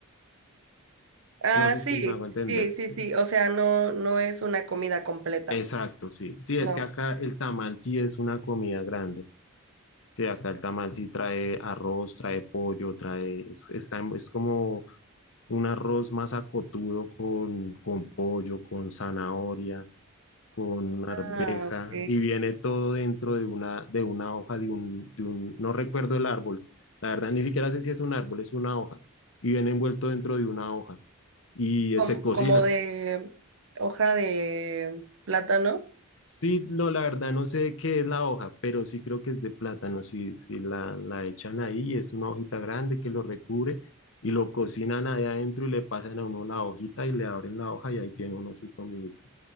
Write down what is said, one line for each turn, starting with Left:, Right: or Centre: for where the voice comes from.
Right: Ah,
Left: No sé
Right: sí,
Left: si me hago entender,
Right: sí,
Left: sí.
Right: sí, sí, o sea, no, no es una comida completa,
Left: Exacto, sí. Sí,
Right: no.
Left: es que acá el tamal sí es una comida grande. Sí, acá el tamal sí trae arroz, trae pollo, trae, es, está en- es como un arroz más acotudo con, con pollo, con zanahoria. con arveja
Right: Ah, ok.
Left: y viene todo dentro de una, de una hoja, de un, de un, no recuerdo el árbol, la verdad ni siquiera sé si es un árbol, es una hoja y viene envuelto dentro de una hoja y
Right: Como,
Left: eh, se cocina.
Right: como de hoja de plátano.
Left: Sí, no, la verdad no sé de qué es la hoja, pero sí creo que es de plátano, si, si la, la echan ahí, es una hojita grande que lo recubre y lo cocinan ahí adentro y le pasan a uno la hojita y le abren la hoja y ahí tiene uno su comidita